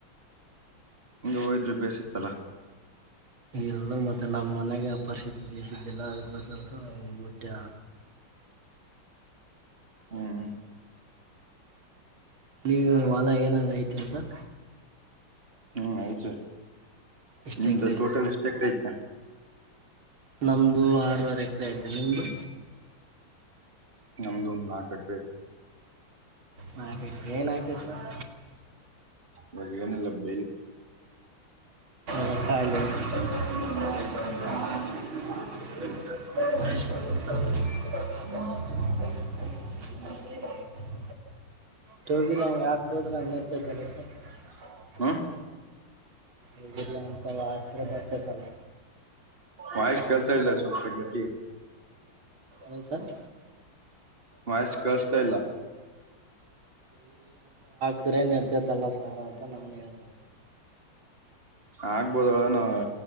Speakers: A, on the right (about 25°); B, on the right (about 75°).
A: ಹಂಗಗೆ ಹೋಯದ್ರೆ ಬೇಯಸಿತ್ತಲಾ
B: ಇಲ್ಲ ಮತ್ತೆ ನಮ್ಮ್ ಮನೆಗೆ ಪರಿಸ್ಥಿತಿ ಬೇಯಿಸಿದ್ದಿಲ್ಲ ಅದಕ್ಕೋಸ್ಕರ ಮುಟ್ಟೆ
A: ಹ್ಮ್
B: ನೀವು ಹೊಲ ಏನಾಗ ಐತ ಸರ್
A: ಹ್ಮ್ ಆಯ್ತು
B: ಎಷ್ಟು
A: ನಿಮ್ದ
B: ಎಕರೆ
A: ಟೋಟಲ್
B: ಐತೆ
A: ಎಷ್ಟೆಕ್ ಆಯತಾ
B: ನಮ್ದು ಆರವರೆ ಎಕರೆ ಐತೆ ನಿಮ್ದು
A: ನಮ್ಮದೊಂದು ನಾಕಟ
B: ಹಾಗಕೆ ಏನಕೀ ಸರ್
A: ಬಹವನ ಲಬಲ್ <unintelligible>
B: ವಥ ಇಲ್ಲಿ <unintelligible> <inaudible> ಹ <unintelligible> ಟೂೋಗಿರಿ ಹೆಂಗೆ ಹಾಕ್ಬೋದ್ರೆ ಅನ್ನತೈತಲ್ಲ <unintelligible>
A: ಹ್ಮ್
B: ಹಗರಿ ಅಂತ ಆತ್ರತ್ರ ಬರ್ಸತಲ್ಲ
A: ವಾಯ್ಸ್ ಕೆಲ್ಸ ಇಲ್ಲ ಸ್ವಲ್ಪ ಗತಿಯ
B: ಹ ಸರ್
A: ವಾಯ್ಸ್ ಕೇಳ್ಸತ್ತಯಿಲ್ಲ.
B: ಕರೆ ನಡ್ತತಲ್ಲ ಸಾರ ಅಂತ ನಾನ್ ಹೇಳ್ತ.
A: ಆಗ್ಬೋದ್ಯೋಳೆನು